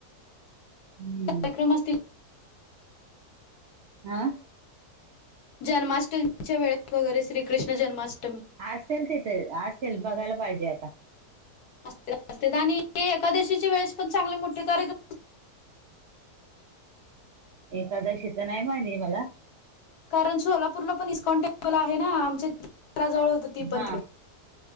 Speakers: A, on the right; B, on the left.
A: हम्म.
B: कार्यक्रम असतील
A: हा?
B: जन्माष्टमीच्या वेळेस वगैरे, श्रीकृष्ण जन्माष्टमी.
A: असेल तिथे असेल. बघायला पाहिजे आता.
B: अस आणि हे एकादशीच्या वेळेस पण चांगले मोठे कार्यक्रम
A: एकादशी तर नाही माहीत मला
B: कारण सोलापूरला पण इस्कॉन् टेम्पल आहे ना आमच्या घरा जवळ होत ती पण
A: हा
B: तिकड